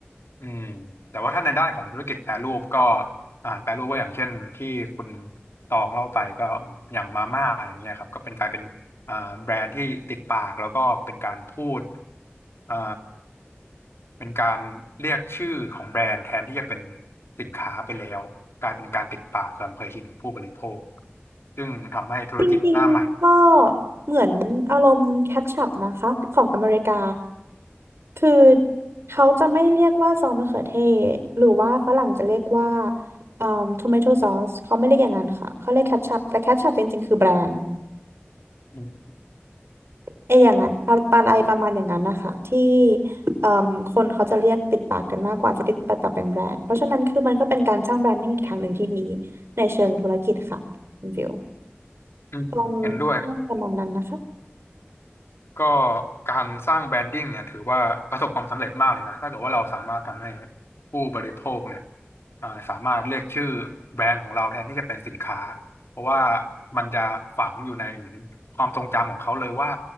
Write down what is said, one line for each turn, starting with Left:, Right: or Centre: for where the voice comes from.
Left: อืมแต่ว่าถ้าในด้านของธุรกิจแปรรูปก็อาหารแปรรูปก็อย่างเช่นที่คุณตองเล่าไปก็อย่างมาม่าอย่างเงี้ยครับก็เป็นกลายเป็นอ่าแบรนด์ที่ติดปากแล้วก็เป็นการพูดอ่าเป็นการเรียกชื่อของแบรนด์แทนที่จะเป็นสินค้าไปแล้วกลายเป็นการติดปากความเคยชินของผู้บริโภคซึ่งทำให้ธุรกิจหน้าใหม่
Right: จริงๆก็เหมือนอารมณ์แคชชัพนะคะของอเมริกาคือเขาจะไม่เรียกว่าซอสมะเขือเทศหรือว่าฝรั่งจะเรียกว่าเอ่อทอมเมโทซอสเขาไม่เรียกอย่างนั้นค่ะเขาเรียกแคชชัพแต่แคชชัพจริงๆคือแบรนด์
Left: อืม
Right: ไออย่างนั้นปลาปลาอะไรประมาณอย่างนั้นนะคะที่เอ่มคนเขาจะเรียกติดปากกันมากกว่าจะติดปากต่อเป็นแบรนด์เพราะฉะนั้นคือมันก็เป็นการสร้างแบรนดิ้งอีกทางหนึ่งที่ดีในเชิงธุรกิจค่ะคุณฟิว
Left: อืมเห็นด้วย
Right: ตรงประมาณนั้นนะคะ
Left: ก็การสร้างแบรนดิ้งเนี่ยถือว่าประสบความสำเร็จมากเลยนะถ้าเกิดว่าเราสามารถทำให้ผู้บริโภคเนี่ยอ่าสามารถเรียกชื่อแบรนด์ของเราแทนที่จะเป็นสินค้าเพราะว่ามันจะฝังอยู่ในเหมือนความทรงจำของเขาเลยว่า